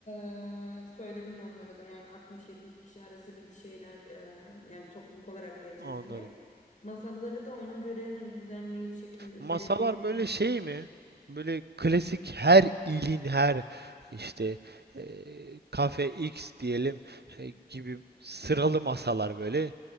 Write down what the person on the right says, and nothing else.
anladım.
Masalar böyle şey
mi? Böyle klasik her ilin her işte eee, kafe X diyelim e, gibi sıralı masalar böyle